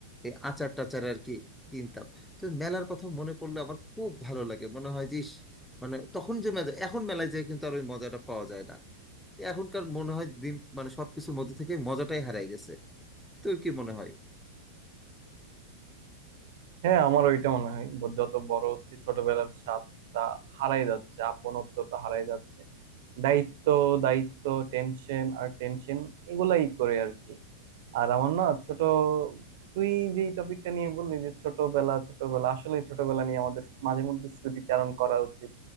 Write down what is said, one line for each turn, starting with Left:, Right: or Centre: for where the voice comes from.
Centre: এই আচার টাচার আর কি কিনতাম তো মেলার কথা মনে পড়লে আমার খুব ভালো লাগে মনে হয় যে ইস, মানে তখন যে মজা এখন মেলায় যায় কিন্তু আর ওই মজাটা পাওয়া যায় না এখনকার মনে হয় দিন মানে সবকিছুর মধ্যে থেকে মজাটাই হারাই গেছে তোর কি মনে হয়
Right: হ্যাঁ আমার ওইটা মনে হয় ব- যত বড় হচ্ছে ছোটবেলার স্বাদটা হারাই যাচ্ছে আপনত্বটা হারাই যাচ্ছে দায়িত্ব দায়িত্ব টেনশন আর টেনশন এগুলাই করে আর কি আর আমার না ছোট তুই যে টপিকটা নিয়ে বললি যে ছোটবেলা ছোটবেলা আসলে ছোটবেলা নিয়ে আমাদের মাঝে মধ্যে স্মৃতিচারণ করা উচিত